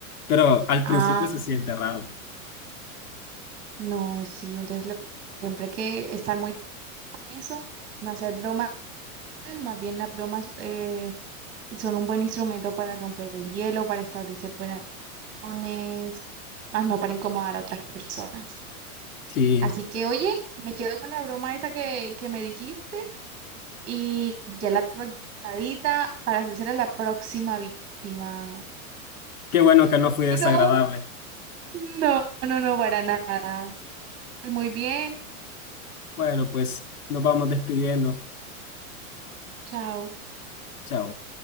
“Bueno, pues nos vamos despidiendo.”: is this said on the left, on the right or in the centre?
Left